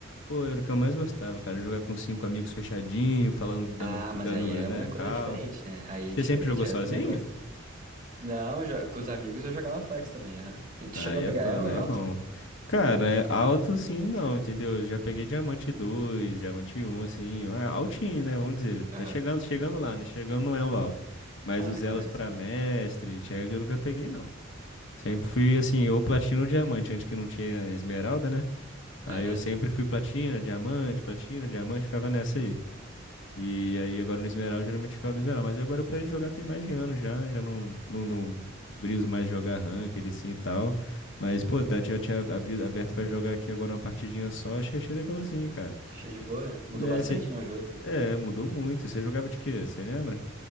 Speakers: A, on the left; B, on the right.
A: Pô, era o que eu mais gostava, cara. Jogar com cinco amigos fechadinho, falando, dando,
B: Ah,
A: dando,
B: mas aí é
A: né,
B: uma coisa
A: cal.
B: diferente, né? Aí é
A: Você
B: diferente,
A: sempre jogou
B: aí
A: sozinho?
B: eu também gosto. Não, eu jo- com os amigos eu jogava flex também, aham. E tu
A: Aí
B: chegou a pegar
A: é top,
B: ela
A: aí
B: alto?
A: é bom. Cara, é alto sim, não, entendeu? Já peguei diamante 2, diamante um, assim, é altinho, né? Vamos dizer.
B: Aham.
A: Tá chegando, chegando lá, né? Chegando no elo alto. Mas
B: Ah,
A: os
B: é quase
A: elos pra
B: sim.
A: mestre, challenge, eu nunca peguei, não. Sempre fui, assim, ou platina ou diamante, antes que não tinha esmeralda, né? Aí
B: Aham.
A: eu sempre fui platina, diamante, platina, diamante, ficava nessa aí. E aí agora no Esmeral, eu geralmente ficava no Esmeral. Mas agora eu parei de jogar tem mais de ano já, já não, não, não briso mais jogar ranked assim e tal. Mas, pô, tá- já tinha abri- aberto pra jogar aqui agora uma partidinha só, achei, achei legalzinho, cara.
B: Achei de boa. Mudou
A: É,
B: bastante,
A: cê-
B: né, o jogo?
A: é, mudou muito. Você jogava de quê? Você lembra?